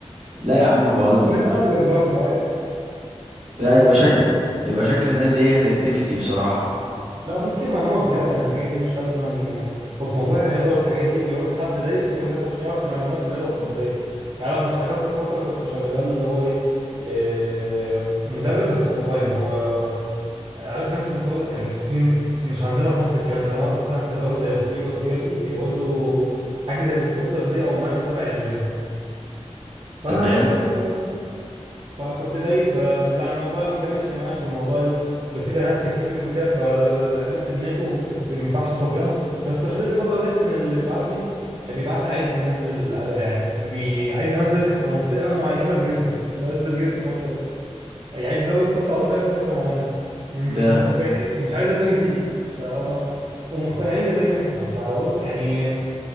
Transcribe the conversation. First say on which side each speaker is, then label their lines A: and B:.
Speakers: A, on the right; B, on the right.
A: لا يا عم بهزر
B: بنتعلم برضه عادي
A: لا
B: محدش
A: يبقى
B: بيتعلم
A: شكل يبقى شكل الناس دي هي اللي بتفتي بصراحه
B: لا ممكن معلومة بجد انا الحاجات دي مش لازم أن... بس موضوع الرياضة والحاجات دي بيعوز حد دايس في الرياضة عشان يعرف معلومات الرياضة الطبية يعني لما اشتغلت فترة كنت شغال اللي هو ايه آه، مدرب بس اونلاين اللي هو عارف الناس بتعوز يعني في مش عندنا في مصر الكلام ده ما- مثلا في دول زي الخليج والحاجات دي بيعوزوا حاجة زي دكتور تغذية اونلاين تبع الجيم فانا
A: تمام
B: دوست في الحوار فانا كنت دايس ب- بس عن الموضوع ما كملش معايا عشان الموضوع ال- بقى فيه بنات كتير وكده فعملت دماغي وكنت ما ينفعش صبيان بس خلال الفتره ديت كان اللي بيبعت لي يعني بيبعت لي عايز ينزل يعني بي عايز ينزل منطقه معينه في جسمه مش بينزل جسمه مثلا يعني عايز يزود كتله عضليه في حته معينه مش
A: ده
B: متخيلين ومش عايز الباقي يزيد فهم ومقتنعين ان ده ينفع فبص يعني